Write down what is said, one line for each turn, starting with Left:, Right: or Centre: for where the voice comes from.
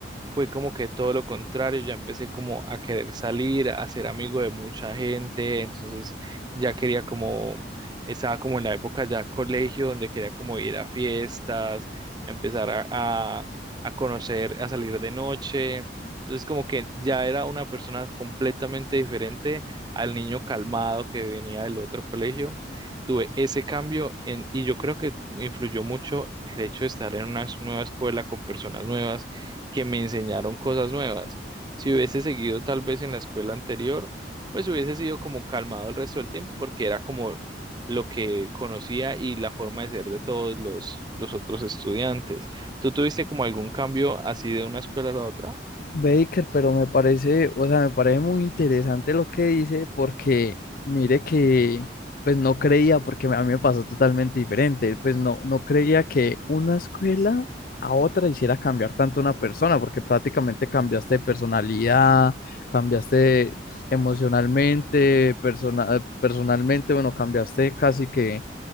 Right: fue como que todo lo contrario, ya empecé como a querer salir, a ser amigo de mucha gente, entonces ya quería como, estaba como en la época ya colegio, donde quería como ir a fiestas, a empezar a, a, a conocer, a salir de noche, entonces como que ya era una persona completamente diferente al niño calmado que venía del otro colegio. Tuve ese cambio en, y yo creo que influyó mucho el hecho de estar en una nueva escuela con personas nuevas que me enseñaron cosas nuevas. Si hubiese seguido tal vez en la escuela anterior, pues hubiese sido como calmado el resto del tiempo porque era como lo que conocía y la forma de ser de todos los, los otros estudiantes. ¿Tú tuviste como algún cambio así de una escuela a la otra?
Left: Baker, pero me parece, o sea, me parece muy interesante lo que dice porque mire que pues no creía, porque a mí me pasó totalmente diferente, pues no, no creía que una escuela a otra hiciera cambiar tanto una persona, porque prácticamente cambiaste de personalidad, cambiaste emocionalmente, persona, personalmente, bueno, cambiaste casi que